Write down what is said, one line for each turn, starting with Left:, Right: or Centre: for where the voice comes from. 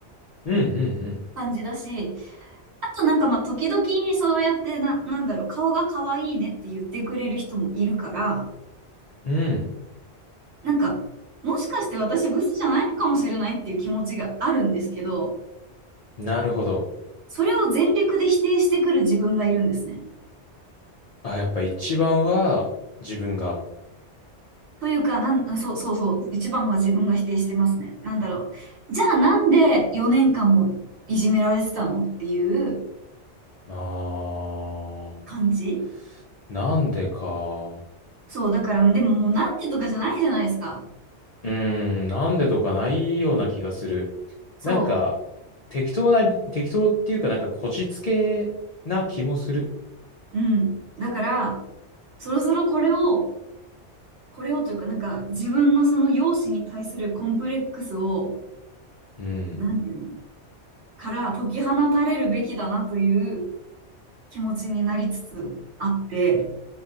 Left: うん、うん、
Right: 感じだし、あとなんかまあ時々そうやってな、なんだろう、顔が可愛いねって言ってくれる人もいるから、
Left: うん、うん
Right: なんか、もしかして私ブスじゃないのかもしれないっていう気持ちがあるんですけど、
Left: なるほど。
Right: それを全力で否定してくる自分がいるんですね。
Left: あ、やっぱ一番は自分が。
Right: というか、なん、そうそうそう、一番は自分が否定してますね。なんだろう。じゃあなんで4年間もいじめられてたのっていう
Left: ああ、
Right: 感じ
Left: なんでか。
Right: そう、だから、でももうなんでとかじゃないじゃないですか。
Left: うーん、なんでとかないような気がする。
Right: そ
Left: なんか、適当な、適当っていうかなんかこじつけな気もする。
Right: う、うん。だから、そろそろこれを、これをというか、なんか自分のその容姿に対するコンプレックスを、
Left: うん。
Right: なんていうのから解き放たれるべきだなという気持ちになりつつあって、